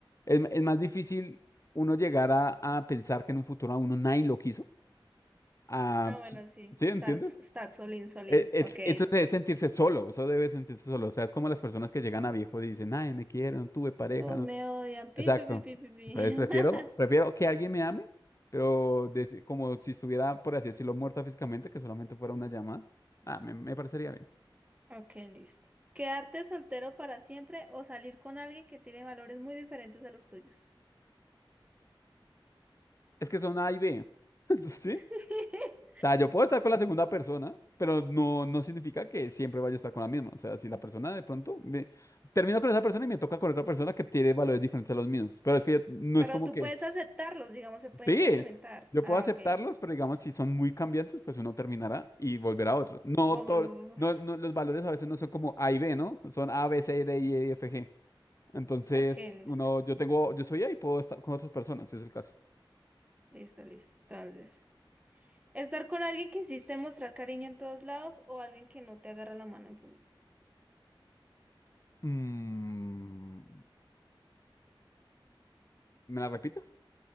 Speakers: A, on the left; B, on the right.
A: es, es más difícil uno llegar a, a pensar que en un futuro a uno nadie lo quiso. Ah,
B: Ah, bueno,
A: s-
B: sí.
A: ¿sí, entiendes?
B: Estar, estar solín, solín.
A: E- es-
B: Ok.
A: Eso debe sentirse solo, eso debe sentirse solo. O sea, es como las personas que llegan a viejo y dicen, ay, me quieren, no tuve pareja,
B: Todos
A: no
B: me odian. Pi,
A: Exacto.
B: pi, pi, pi, pi, pi.
A: Entonces prefiero,
B: <laughs>
A: prefiero que alguien me ame, pero des- como si estuviera, por así decirlo, muerta físicamente, que solamente fuera una llamada. Ah, me, me parecería bien.
B: Ok, listo. ¿Quedarte soltero para siempre o salir con alguien que tiene valores muy diferentes a los tuyos?
A: Es que son A y B. <laughs> ¿Sí?
B: <laughs>
A: O sea, yo puedo estar con la segunda persona, pero no, no significa que siempre vaya a estar con la misma. O sea, si la persona de pronto me termino con esa persona y me toca con otra persona que tiene valores diferentes a los míos. Pero es que yo- no
B: Pero
A: es como
B: tú
A: que
B: puedes aceptarlos, digamos, se pueden
A: Sí,
B: complementar.
A: yo
B: Ah,
A: puedo aceptarlos,
B: ok.
A: pero digamos, si son muy cambiantes, pues uno terminará y volverá a otro. No,
B: Oh,
A: to-
B: mm,
A: no, no, los valores a veces no son como A y B, ¿no? Son A, B, C, D, E, F, G. Entonces,
B: Ok, listo,
A: uno,
B: listo,
A: yo tengo, yo soy A y puedo estar con otras personas, si es el caso.
B: listo, listo. Entonces, estar con alguien que insiste en mostrar cariño en todos lados o alguien que no te agarra la mano en público.
A: Mm, ¿me la repites?